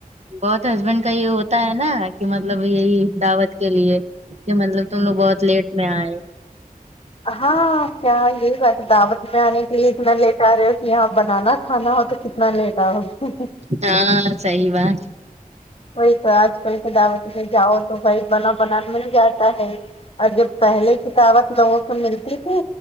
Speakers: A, on the right; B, on the left.
A: بہت ہسبینڈ کا یہ ہوتا ہے نا کہ مطلب یہی دعوت کے لیے کہ مطلب تم لوگ بہت لیٹ میں آئے
B: ہاں کیا یہی بات دعوت میں آنے کے لیے اتنا لیٹ آ رہے ہو کہ یہاں بنانا کھانا ہو تو ک تنا لیٹ آؤگے
A: ہاں صحیح بات
B: وہی تو آج کل سے دعوت میں جاؤ تو بھائی بنا بنان مل جاتا ہے اور جب پہلےکی دعوت لوگوں کو ملتی تھی